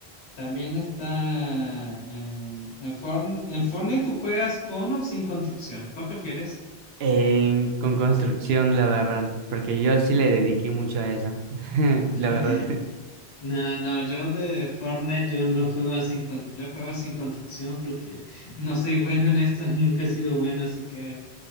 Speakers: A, on the left (about 85°); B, on the right (about 75°).
A: también está en, en Forn- en Fortnite, ¿tú juegas con o sin construcción? ¿Cuál prefieres?
B: En, con construcción, la verdad, porque yo sí le dediqué mucho a eso, <laughs>
A: <laughs>
B: la verdad.
A: No, no, yo de Fortnite yo lo juego sin con- yo juego sin construcción porque no soy bueno en esto, <laughs> nunca he sido bueno, así que